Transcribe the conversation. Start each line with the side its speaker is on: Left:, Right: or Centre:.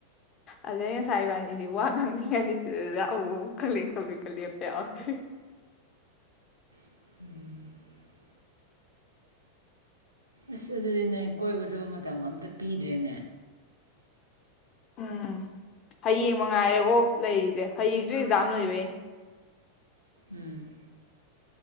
Left: ꯑꯗꯨꯗꯩ ꯉꯁꯥꯏ ꯏꯕꯥꯅꯤꯗꯤ ꯋꯥ ꯉꯥꯡꯅꯤꯡꯉꯥꯏ ꯂꯩꯇꯗꯅ ꯑꯃꯨꯃꯨꯛ ꯈꯡꯂꯦꯞ ꯈꯡꯂꯦꯞꯀ ꯂꯦꯞꯄ ꯌꯥꯎꯏ
Right: <unintelligible> ꯑꯁ ꯑꯗꯨꯗꯤ ꯅꯣꯏ ꯀꯣꯏꯕ ꯆꯠꯄ ꯃꯇꯝꯒ ꯑꯝꯇ ꯄꯤꯗ꯭ꯔꯦꯅꯦ
Left: ꯎꯝ ꯍꯌꯦꯡ ꯃꯉꯥꯏꯔꯦ ꯑꯣꯞ ꯂꯩꯔꯤꯁꯦ ꯍꯌꯦꯡꯁꯨ ꯑꯦꯛꯖꯥꯝ ꯂꯩꯕꯩꯅꯦ
Right: ꯎꯝ